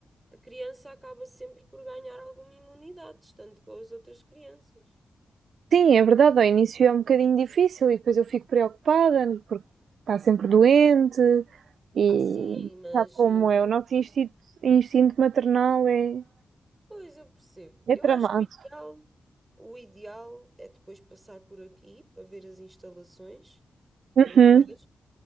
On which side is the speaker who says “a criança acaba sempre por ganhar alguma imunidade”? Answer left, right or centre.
Right